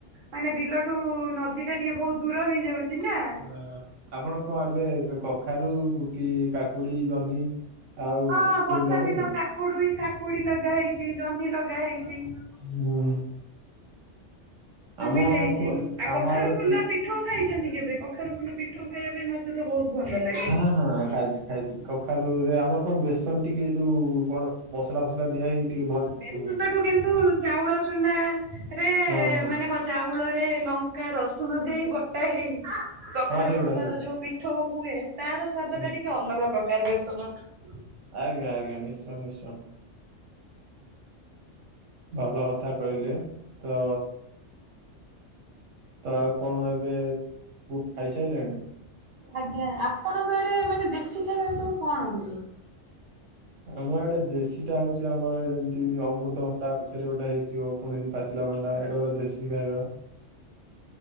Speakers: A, on the right; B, on the right.
A: ମାନେ ବିଲ ଏଠୁ ନଦୀ ଟା ଟିକେ ବହୁତ ଦୂର ହେଇଯାଉଛି। ନା
B: ଓ ଆପଣ କଣ ଏବେ କଖାରୁ କି କାକୁଡି, ଜହ୍ନି ଆଉ
A: ହଁ
B: କୋବି ଫୋବି
A: ବର୍ଷା
B: ଲଗେଇଛନ୍ତି?
A: ଦିନ କାକୁଡ ହି କାକୁଡି ଲଗା ହେଇଛି। ଜହ୍ନି ଲଗା ହେଇଛି।
B: ହୁଁ ଆମ
A: ବି ହେଇଛି
B: ପୁ
A: ଆଉ
B: ଆମ
A: କଖାରୁ
B: ଆଡେ
A: ଫୁଲ
B: କି
A: ପିଠଉ ଖାଇଛନ୍ତି କେବେ କଖାରୁ ଫୁଲ ପିଠଉ ଖାଇବା ପାଇଁ ମତେ ତ ବହୁତ ଭଲ ଲାଗେ
B: ହଁ ହଁ ଖାଇଛି ଖାଇଛି କଖାରୁ ରେ ଆମର କଣ ବେସନ ଟିକେ ଯୋଉ କଣ ମସଲା ଫସଲା ଦିଆ ହେଇକି ଟିକେ ଭ ଇଏ
A: ବେସନଠୁ
B: ହୁଏ
A: କିନ୍ତୁ ଚାଉଳ ଚୁନା ରେ
B: ହଁ ହଁ
A: ମାନେ କଣ ଚାଉଳ ଲଙ୍କା, ରସୁଣ ଦେଇ ବଟା ହେଇ କଖାରୁ
B: ହଁ ସେଇଗୁଡା
A: ଫୁଲର
B: ସେଇଗୁଡା
A: ଯୋଉ ପିଠ ହୁଏ ତାର ସ୍ଵାଦରେ
B: ହୁଁ।
A: ଟିକେ ଅଲଗା ପ୍ରକାର ବେସନଠୁ।
B: ଆଜ୍ଞା ଆଜ୍ଞା ନିଶ୍ଚୟ ନିଶ୍ଚୟ। ଭଲ କଥା କହିଲେ ତ ତା କଣ ଏବେ ପୁଅ ଖାଇସାରିଲାଣି?
A: ଆଜ୍ଞା ଆପଣଙ୍କ ଆଡେ ମାନେ ଦେଶୀ ଖାଇବା ସବୁ କଣ ମିଳେ?
B: ଆମ ଆଡେ ଦେଶୀ ଟା ହଉଛି ଆମର ଯେମିତି ଅମୃତ ଅଣ୍ଡା ଗଛରେ ଗୋଟେ ହେଇଥିବ କୌଣସି ପାଚିଲା ଭଲଲାଗିଲା ଏଇଟା ପୁରା ଦେଶୀ ଖାଇବା।